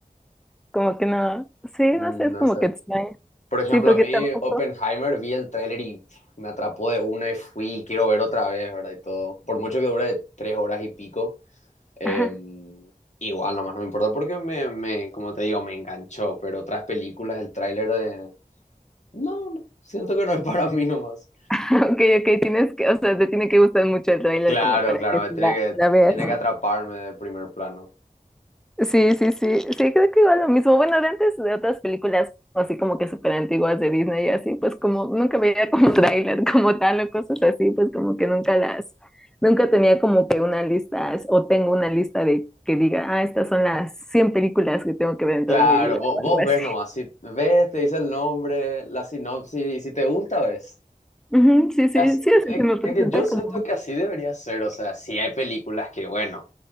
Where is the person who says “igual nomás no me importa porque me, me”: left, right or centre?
Left